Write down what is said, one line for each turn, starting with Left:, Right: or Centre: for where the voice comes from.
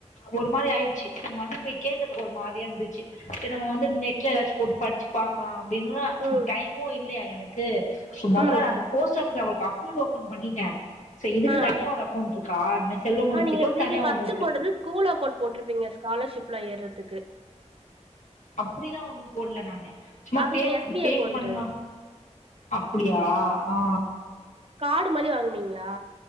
Left: ஒரு மாறி ஆயிச்சு செரி மறுபடி போய் கேக்குறதுக்கு ஒரு மாறியா இருந்துச்சு சரி நம்ம வந்து நெட்ல ஏதாச்சு போட்டு படிச்சு பாக்கனு அப்டின்னா
Right: ம்
Left: டைமு இல்லயா எனக்கு சோ மொதல்ல
Right: ம்
Left: நா அந்த போஸ்ட் ஆபிஸ் அவளுக்கு அக் கௌண்ட் ஓபன் பண்ணிட்டே சே இதுக்கு
Right: ஆ
Left: தனியா ஒரு அக்கௌண்ட் இருக்கானு செல்வ மகள்
Right: ஆ நீங்க
Left: திட்டோனு
Right: நீங்க
Left: தனியா
Right: ஃபர்ஸ்ட்
Left: ஒண்ணு இருக்கு
Right: போட்டது ஸ்கூல் அக்கௌண்ட் போட்டிருப்பீங்க ஸ்காலர்ஷிப்லா ஏறதுக்கு
Left: அப்டிலா ஒண்ணு போட்ல நானு சும்மா
Right: அது
Left: ஃபேம்
Right: எஸ் பி
Left: ஃபேம்
Right: அக்கௌண்ட்
Left: பண்லா அப்டியா ஆ ஆ
Right: காடு மாரி வாங்குனீங்களா